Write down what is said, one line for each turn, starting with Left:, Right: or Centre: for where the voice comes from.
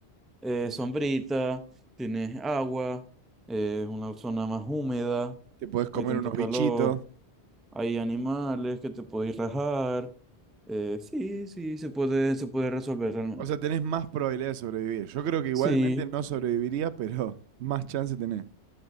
Centre: eh, sombrita, tienes agua, eh, una zona más húmeda,
Right: Te podés comer
Centre: no hay tanto
Right: unos
Centre: calor,
Right: bichitos.
Centre: hay animales que te podéis rajar. eh, sí, sí, se puede, se puede resolver realmente.
Right: O sea, tenés más probabilidad de sobrevivir. Yo creo que igualmente
Centre: Sí,
Right: no sobreviviría, pero más chance tenés.